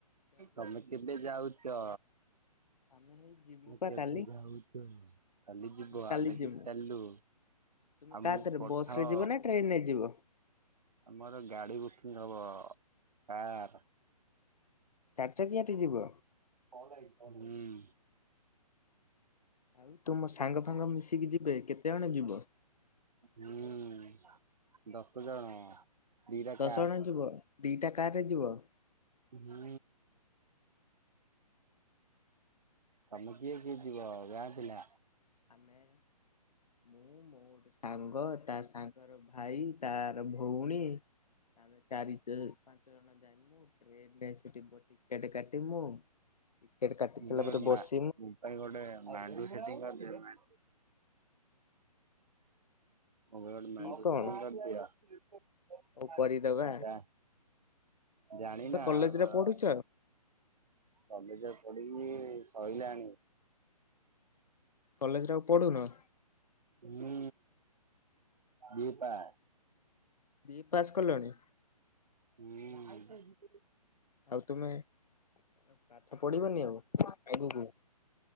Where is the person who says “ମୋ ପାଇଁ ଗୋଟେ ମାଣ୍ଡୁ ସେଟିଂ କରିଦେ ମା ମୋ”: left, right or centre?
Right